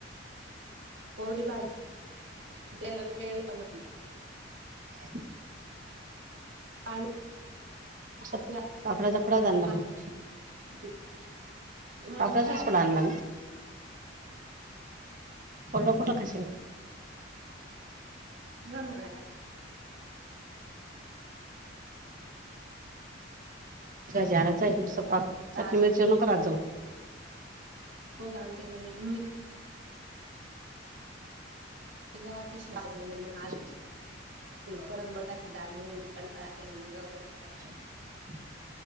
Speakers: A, on the right; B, on the right.
A: कोरडी भाजला वेण त म्हट
B: हम
A: पाणी
B: अस
A: उशिरा
B: पापडा चकडा जाला
A: पाणी
B: मग
A: होते. हा मग
B: अपजच
A: काय आता
B: पड आणलं पलकट खाशर का
A: ना मग
B: जनाच आहेस पाक चटणी
A: आज
B: मिरचीण कराय जा
A: हो जाणतेय ग मी तग व ते मगज
B: ह
A: त परत माक कंटाळा केला जाट
B: <unintelligible> <inaudible>